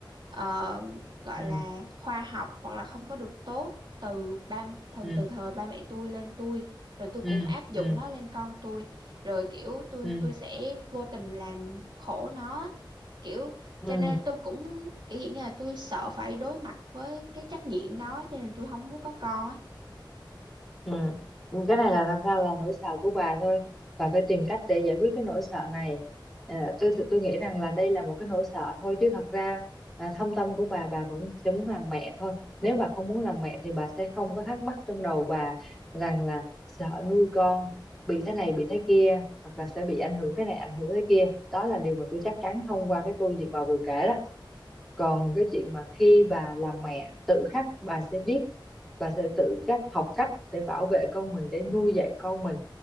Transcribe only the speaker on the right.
ờ, gọi
là khoa học hoặc là không có được tốt từ ba từ
từ thời ba mẹ tôi lên tôi rồi tôi
cũng áp dụng
nó lên con tôi rồi kiểu tôi
tôi sẽ vô tình làm khổ nó kiểu
cho nên tôi cũng kiểu dạng như là tôi sợ phải đối mặt với cái trách nhiệm đó cho nên tôi không muốn có con á